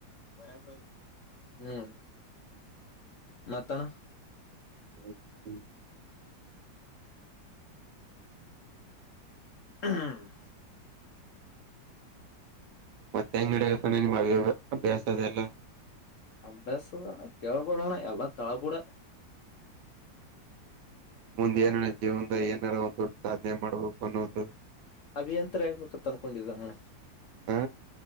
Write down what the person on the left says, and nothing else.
ಬರಗಬರೀ ಹ್ಮ್ ಮತ್ತ ಅಣ್ಣಾ
ಹ್ಮ್
ಅಭ್ಯಾಸಣ್ಣ ಕೇಳ್ಬಡಣ ಎಲ್ಲಾ ತಳಾಬೂಡಾ
ಅಭಿಯಂತರ ಆಗ್ಬೇಕತ್ ಅನ್ಕೊಂಡಿದ್ದ ನಾನು